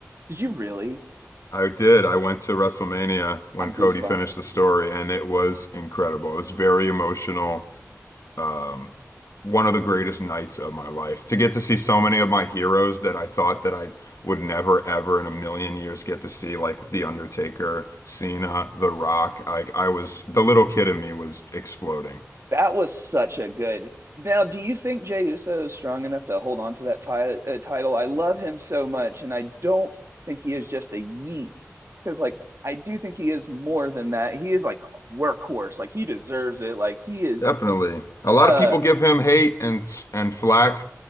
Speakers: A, on the right; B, on the left.
A: did you really?
B: I did. I went to WrestleMania when
A: I'm goosebumps.
B: Cody finished the story, and it was incredible. It was very emotional. Um, one of the greatest nights of my life. To get to see so many of my heroes that I thought that I would never, ever in a million years get to see, like The Undertaker, Cena, The Rock. Like I was, the little kid in me was exploding.
A: That was such a good. Now, do you think Jey Uso is strong enough to hold on to that ti uh, title? I love him so much, and I don't think he is just a yeet. Because, like, I do think he is more than that. He is like workhorse. Like, he deserves it. Like, he is
B: Definitely. A lot
A: uh
B: of people give him hate and and flack